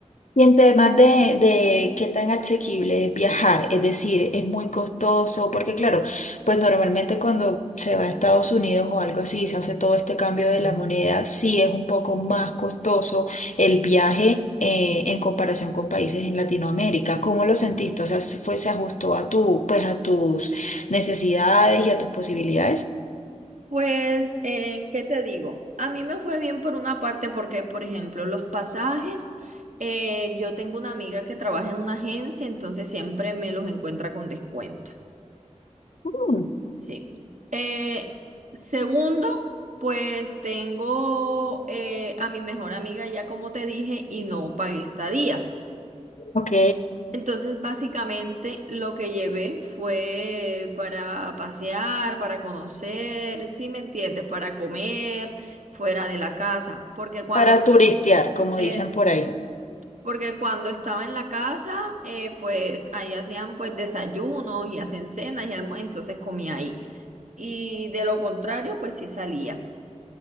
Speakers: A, on the left; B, on the right.
A: Y en temas de, de qué tan asequible es viajar, es decir, es muy costoso, porque claro, pues normalmente cuando se va a Estados Unidos o algo así, se hace todo este cambio de la moneda, sí es un poco más costoso el viaje eh, en comparación con países en Latinoamérica. ¿Cómo lo sentiste? O sea, ¿se ¿fue, se ajustó a tu, pues a tus necesidades y a tus posibilidades?
B: Pues, eh, ¿qué te digo? A mí me fue bien por una parte porque, por ejemplo, los pasajes, eh, yo tengo una amiga que trabaja en una agencia, entonces siempre me los encuentra con descuento.
A: Mm.
B: Sí. Eh, segundo, pues tengo eh, a mi mejor amiga ya como te dije y no pagué estadía.
A: Ok,
B: Entonces, básicamente lo que llevé fue para pasear, para conocer, si me entiendes, para comer fuera de la casa, porque cuando
A: para turistear, como
B: es
A: dicen por ahí.
B: porque cuando estaba en la casa, eh, pues ahí hacían pues desayunos y hacen cenas y almu- entonces comía ahí. Y de lo contrario, pues sí salía.